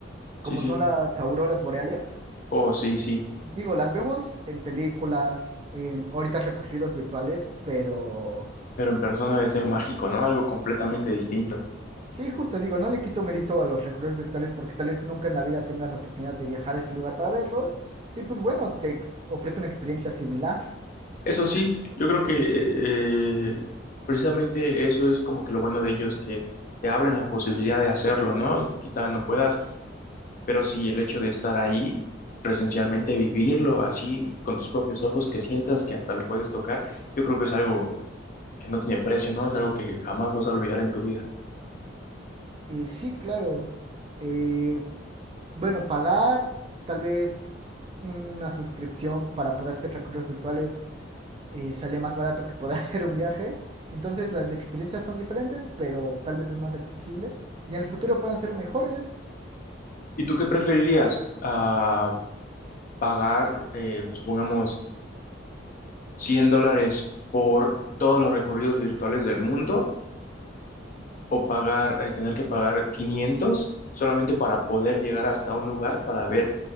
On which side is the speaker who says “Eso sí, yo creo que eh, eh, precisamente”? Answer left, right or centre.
Left